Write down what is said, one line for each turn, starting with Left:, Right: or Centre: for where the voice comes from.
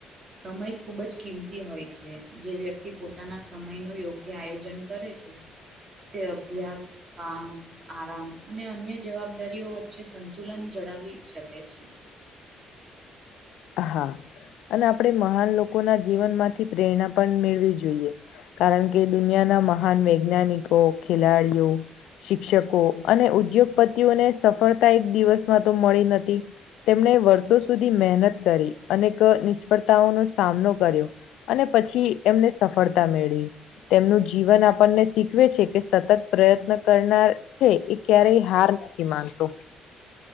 Right: સમય ખૂબ જ કિંમતી હોય છે જે વ્યક્તિ પોતાના સમય નુ યોગ્ય આયોજન. કરે છે તે અભ્યાસ, કામ, આરામ અને અન્ય જવાબદારીઓ વચ્ચે સંતુલન જળાવી શકે છે.
Left: હા અને આપણે મહાન લોકો ના જીવનમાંથી પ્રેરણા પણ મેળવી જોઈએ. કારણ કે દુનિયાના મહાન વૈજ્ઞાનિકો, ખેલાડીઓ, શિક્ષકો અને ઉદ્યોગપતિઓને સફળતા એક દિવસમાં તો મળી નથી. તેમણે વર્ષો સુધી મહેનત કરી અનેક નિષ્ફળતાઓનો સામનો કર્યો. અને પછી એમને સફળતા મેળી. તેમનું જીવન આપણને શીખવે છે કે સતત પ્રયત્ન કરનાર, હે એ ક્યારેય હાર નથી માનતો્